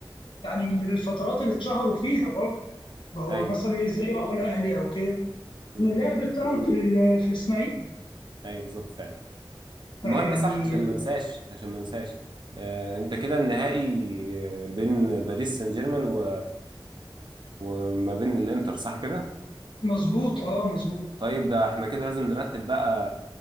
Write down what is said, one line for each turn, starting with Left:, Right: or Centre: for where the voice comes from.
Left: يعني من الفترات اللي اتشهروا فيها برضه ما هو
Right: ايوه
Left: مثلا ازاي راحوا الاهلي او كده
Right: مم.
Left: من اللعب بتاعهم في ال- في الاسماعيلي
Right: ايوه بالظبط فعلا المهم
Left: يعني
Right: صح عشان ما انساش عشان ما انساش آه، انت كده النهائي آه، بين باريس سان جيرمان و... وما بين الانتر صح كده
Left: مظبوط اه مظبوط
Right: طيب ده احنا كده لازم نرتب بقى